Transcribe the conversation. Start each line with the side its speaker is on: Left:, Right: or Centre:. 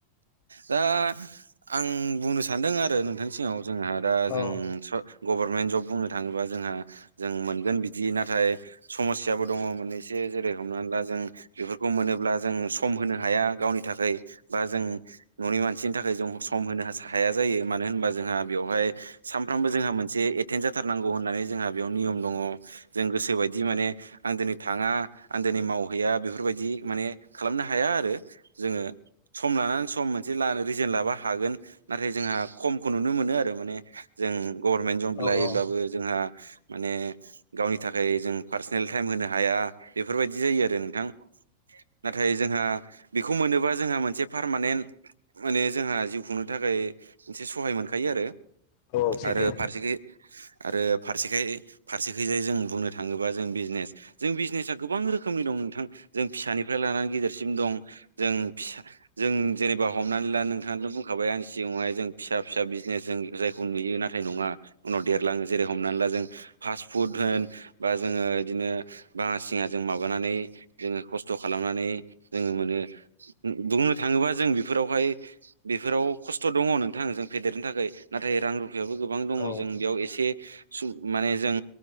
Right: दा आं बुंनो सान आरो नोंथांनि सिगाङाव जोंहादा
Left: औ
Right: जों गभारमेन्ट जब बुंनो थाङोबा जोंहा जों मोनगोन बिदि नाथाय समस्याबो दङ मोननैसो जेरै हमनानै ला जों बेफोरखौ मोनोब्ला जों सम होनो हाया गावनि थाखायबा जों न'नि मानसिनि थाखाय जों सम होनो हाया जायो मानो होनबा जोंहा बेवहाय सानफ्रामबो जोंहा मोनसे एटेन्ड जाथारनांगौ जोंहा बेयाव नियम दङ गोसो बायदि माने आं दिनै थाङा आं दिनै मावहैया बेफोरबायदि माने खालामनो हाया आरो। जोंङो सम लानानै सम मोनसे लानो रिजेन लाबा हागोन। नाथाय जोंहा खमखौ नुनो मोनो आरो माने जों गभर्नमेन्ट जब
Left: औ
Right: लायोब्लाबो
Left: औ
Right: जोंहा माने गावनि थाखाय जों पार्सनेल टाइम होनो हाया बेफोरबायदि जायो आरो नोंथां। नाथाय जोंहा बेखौ मोनोबा जोंहा मोनसे पारमानेन्ट माने जोंहा जिउ खुंनो थाखाय मोनसे सहाय मोनखायो
Left: औ सैथो
Right: आरो फारसेखि आरो फारसेखाय फारसेखैजाय जों बुंनो थाङोबा जों बिजिनेस जों बिजनेसा गोबां रोखोमनि दं नोंथां जों फिसानिफ्राय लानानै गिदेरसिम दं जों फिसा जों जेनेबा हमनानै ला नोंथाङा बुं खाबाय आंनि सिगाङावहाय जों फिसा फिसा बिजिनेस जों जायखौ नुयो नाथाय नङा उनाव देरलाङो जेरै हमनानै ला जों फास्ट फुद होन बा जोंङो बिदिनो बाङा सिङा जों माबानानै जोंङो खस्थ' खालामनानै जोंङो मोनो बुंनो थाङोबा जों बेफोरावहाय बेफोराव खस्थ' दङ नोंथां जों फेदेरनो थाखाय नाथाय रां रुफायाबो गोबां दङ
Left: औ
Right: जों बेयाव एसे माने जों